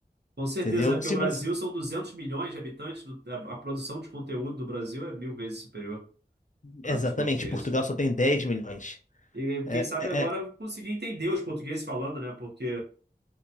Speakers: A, on the right (about 75°); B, on the left (about 45°).
A: Com certeza,
B: entendeu?
A: né? Porque
B: Se
A: o Brasil
B: você,
A: são 200 milhões de habitantes. no- A a produção de conteúdo do Brasil é mil vezes superior à
B: exatamente,
A: dos portugueses.
B: Portugal só tem 10 milhões.
A: E
B: É,
A: quem sabe
B: é...
A: agora
B: é.
A: eu consegui entender os portugueses falando, né? Porque,